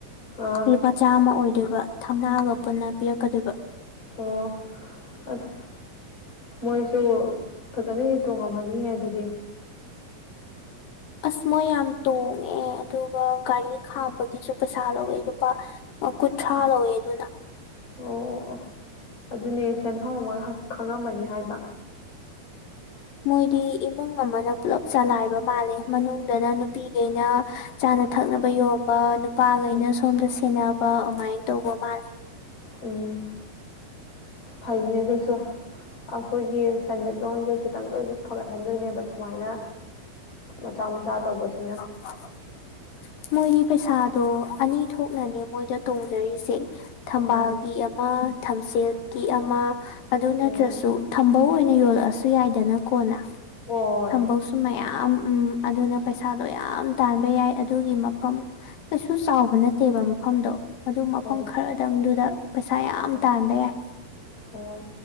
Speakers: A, on the left; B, on the left.
A: ꯑꯥ
B: ꯂꯨꯄꯥ ꯆꯥꯝꯃ ꯑꯣꯏꯗꯣꯏꯕ ꯊꯝꯅꯥꯑꯒ ꯄꯨꯟꯅ ꯄꯤꯔꯛꯀꯗꯣꯏꯕ
A: ꯑꯣ ꯑꯁ ꯃꯣꯏꯁꯨ ꯐꯖꯅꯗꯤꯦ ꯇꯣꯡꯉꯝꯃꯅꯤꯍꯦ ꯑꯗꯨꯗꯤ
B: ꯑꯁ ꯃꯣꯏ ꯌꯥꯝ ꯇꯣꯡꯉꯦ ꯑꯗꯨꯒ ꯒꯥꯔꯤ ꯈꯥꯝꯕꯒꯤꯁꯨ ꯄꯩꯁꯥ ꯂꯧꯋꯦ ꯑꯗꯨꯒꯨꯄꯥ ꯑꯣ ꯀꯨꯟꯊ꯭ꯔꯥ ꯂꯧꯋꯦ ꯑꯗꯨꯅ
A: ꯑꯣ ꯑꯣ ꯑꯣ ꯑꯗꯨꯅꯦ ꯁꯦꯟꯐꯝ ꯑꯃ ꯈꯪꯉꯃꯅꯤ ꯍꯥꯏꯕ
B: ꯃꯣꯏꯗꯤ ꯏꯃꯨꯡ ꯑꯃꯅ ꯄꯨꯜꯂꯞ ꯆꯂꯥꯏꯕ ꯃꯥꯜꯂꯦ ꯃꯅꯨꯡꯗꯅ ꯅꯨꯄꯤꯈꯩꯅ ꯆꯥꯅ ꯊꯛꯅꯕ ꯌꯣꯟꯕ ꯅꯨꯄꯥꯈꯩꯅ
A: ꯎꯝ
B: ꯁꯣꯝꯗ ꯁꯦꯟꯅꯕ ꯑꯗꯨꯃꯥꯏꯅ ꯇꯧꯕ ꯃꯥꯜꯂꯦ
A: ꯎꯝ ꯐꯩꯅꯦ ꯑꯗꯨꯁꯨ ꯑꯩꯈꯣꯏꯒꯤ ꯁꯦꯟꯃꯤꯠꯂꯣꯟꯁꯦ ꯈꯤꯇꯪꯗ ꯑꯣꯏꯁꯨ ꯐꯒꯠꯍꯟꯗꯣꯏꯅꯦꯕ ꯁꯨꯃꯥꯏꯅ ꯃꯆꯥ ꯃꯆꯥ ꯇꯧꯕꯁꯤꯅ
B: <inaudible> ꯃꯣꯏꯒꯤ ꯄꯩꯁꯥꯗꯣ ꯑꯅꯤ ꯊꯣꯛꯅꯅꯦ ꯃꯣꯏꯗ ꯇꯣꯡꯖꯔꯤꯁꯦ ꯊꯝꯕꯥꯜꯒꯤ
A: ꯎꯝ
B: ꯑꯃ ꯊꯝꯁꯦꯜꯒꯤ ꯑꯃ ꯑꯗꯨ
A: ꯎꯝ
B: ꯅꯠꯇ꯭ꯔꯁꯨ ꯊꯝꯕ ꯑꯣꯏꯅ ꯌꯣꯜꯂꯛꯑꯁꯨ ꯌꯥꯏꯗꯅꯀꯣꯅ
A: ꯍꯣꯏ
B: ꯊꯝꯕꯧꯁꯨ ꯃꯌꯥꯝ ꯎꯝ ꯑꯗꯨꯅ ꯄꯩꯁꯥꯗꯣ ꯌꯥꯝ ꯇꯥꯟꯕ ꯌꯥꯏ ꯑꯗꯨꯒꯤ ꯃꯐꯝ ꯀꯩꯁꯨ ꯆꯥꯎꯕ ꯅꯠꯇꯦꯕ ꯃꯐꯝꯗꯣ ꯑꯗꯨ ꯃꯐꯝ
A: ꯍꯣꯏ
B: ꯈꯔꯗꯪꯗꯨꯗ ꯄꯩꯁꯥ ꯌꯥꯝ
A: ꯍꯣꯏ
B: ꯇꯥꯟꯕ ꯌꯥꯏ
A: ꯍꯣꯏ